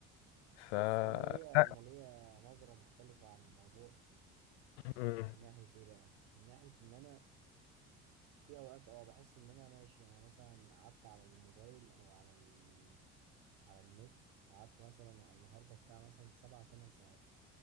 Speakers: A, on the left (about 80°); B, on the right (about 75°).
A: ف
B: بص هو انا ليا
A: لا.
B: انا ليا نظرة مختلفة عن الموضوع
A: مم.
B: من ناحية ايه بقى من ناحية ان انا في اوقات اه بحس ان انا ماشي يعني انا مثلا قعدت على الموبايل او على ال... على النت قعدت مثلا على النهاردة بتاع مثلا سبعة تمن ساعات